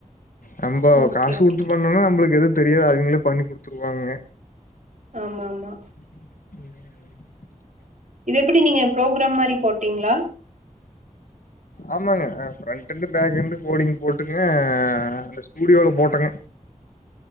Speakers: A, on the left; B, on the right.
A: நம்போ
B: ஓகே
A: காசு
B: ஓகே
A: குத்து பண்ணோனா நம்ப்ளுக் எது தெரியா அவிங்களே பண்ணி குடுத்துருவாங்க
B: ஆமாமா
A: ம்
B: இத் எப்படி நீங்க ப்ரோக்ராம் மாரி போட்டீங்ளா
A: ஆமாங்க அ ஃப்ரண்ட்டண்டு பேக்கண்டு கோடிங் போட்டுங்க அந்த ஸ்டூடியோல போட்டங்க